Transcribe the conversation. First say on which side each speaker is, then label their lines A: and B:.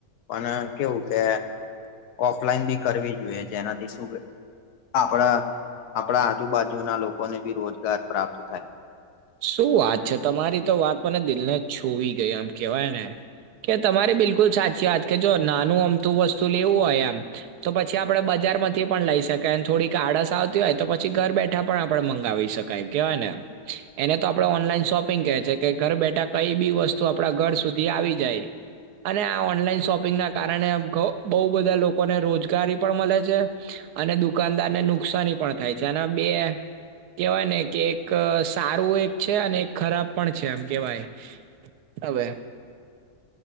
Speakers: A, on the left (about 80°); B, on the right (about 85°).
A: પણ કેવું કે ઓફલાઈન બી કરવી જોઈએ જે એનાથી શું આપડા આપડા આજુબાજુ ના લોકોને બી રોજગાર પ્રાપ્ત થાય.
B: શું વાત છે. તમારી તો વાત મને દિલને છુવી ગઈ આમ કેવાય ને. કે તમારી બિલકુલ સાચી વાત કે જો નાનું અમતું વસ્તુ લેવું હોય આમ તો પછી આપડે બજારમાંથી પણ લઈ શકાય થોડીક આડસ આવતી હોય તો પછી ઘર બેઠા પણ આપડે મંગાવી શકાય. કવાયને. એને તો આપડા ઓનલાઈન શોપિંગ કે છે કે ઘર બેઠા કઈ બી વસ્તુ આપડા ઘર સુધી આવી જાય. અને આ ઓનલાઈન શોપિંગના કારણે કો બહુ બધા લોકોને રોજગારી પણ મલે છે અને દુકાનદાર ને નુકસાની પણ થાય છે અનેના બે કહેવાય ને કે એક સારું એક છે અને એક ખરાબ પણ છે એમ કેવાય હવે.